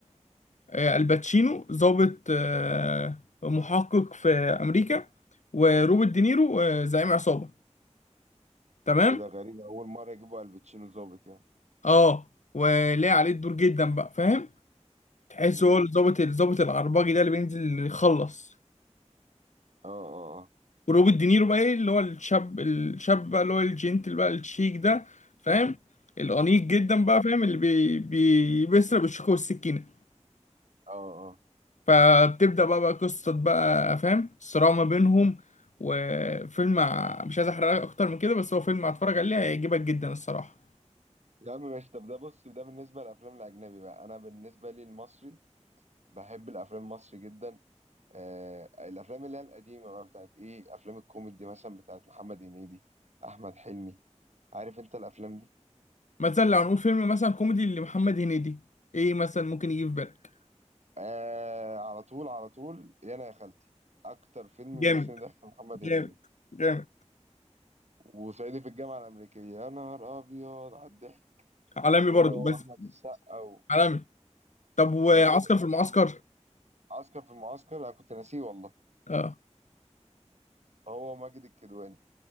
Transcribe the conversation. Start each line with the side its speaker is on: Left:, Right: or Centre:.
Left: آه، الباتشينو ضابط آه، محقق في أمريكا وروبرت دينيرو آه، زعيم عصابة تمام
Right: ايه ده غريب اول مره يجيبوا الباتشينو ظابط يعني
Left: اه ولاقي عليه الدور جدا بقى فاهم تحس
Right: امم
Left: هو الضابط الضابط العرباجي ده اللي بينزل يخلص
Right: اه اه
Left: وروبرت دينيرو بقى ايه اللي هو الشاب الشاب بقى اللي هو الجنتل بقى الشيك ده فاهم الأنيق جدا بقى فاهم اللي بي بي بيسرق بالشوكة والسكينة
Right: اه اه اه
Left: فبتبدأ بقى بقى قصة بقى فاهم الصراع ما بينهم وفيلم ع- مش عايز احرق اكتر من كده بس هو فيلم هتفرج عليه هيعجبك جدا الصراحة
Right: يا عم ماشي طب ده بص ده بالنسبه للافلام الاجنبي بقى انا بالنسبه لي المصري بحب الافلام المصري جدا آه الافلام اللي هي القديمه بقى بتاعت ايه افلام الكوميدي مثلا بتاعت محمد هنيدي احمد حلمي عارف انت الافلام دي
Left: مثلا لو هنقول فيلم مثلا كوميدي لمحمد هنيدي ايه مثلا ممكن يجي في بالك
Right: آه على طول على طول يا انا يا خالتي اكتر فيلم
Left: جامد
Right: بيفصلني ضحك محمد
Left: جامد
Right: هنيدي
Left: جامد
Right: وصعيدي في الجامعه الامريكيه يا نهار ابيض على الضحك
Left: عالمي
Right: ما
Left: برضو
Right: بينه هو
Left: بس
Right: احمد السقا و...
Left: عالمي طب وعسكر
Right: وطارق
Left: في المعسكر
Right: اسمه ايه عسكر في المعسكر انا كنت ناسيه والله
Left: اه
Right: هو ماجد الكدواني